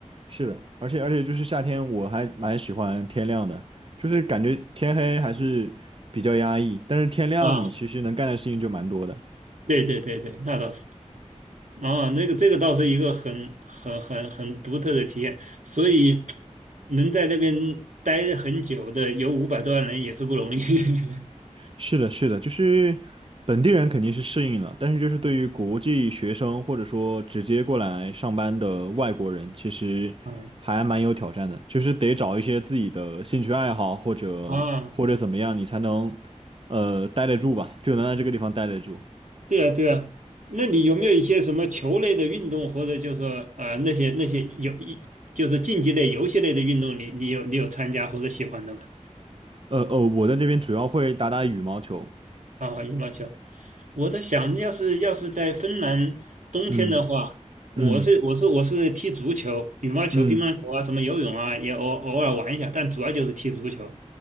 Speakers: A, on the right; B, on the right.
A: 是的，而且而且就是夏天，我还蛮喜欢天亮的，就是感觉天黑还是比较压抑，但是天亮你其实能干的事情就蛮多的。
B: 啊，对对对对，那倒是。啊，那个这个倒是一个很很很很独特的体验，所以能在那边待很久的有五百多万人也是不容易。<laughs>
A: 是的，是的，就是本地人肯定是适应了，但是就是对于国际学生或者说直接过来上班的外国人，其实还蛮有挑战的，
B: 啊
A: 就是得找一些自己的兴趣爱好或者或者怎么样，
B: 啊
A: 你才能呃待得住吧，就能在这个地方待得住。
B: 对啊，对啊，那你有没有一些什么球类的运动，或者就是说啊那些那些有一就是竞技类、游戏类的运动你，你有你有参加或者喜欢的吗？
A: 呃哦，我在这边主要会打打羽毛球，
B: 啊、羽毛球，我在想，要是要是在芬兰冬天的话，
A: 嗯
B: 我是我是我是踢足球、
A: 嗯
B: 羽毛球、
A: 嗯。
B: 乒乓球啊，什么游泳啊，也偶偶尔玩一下，但主要就是踢足球。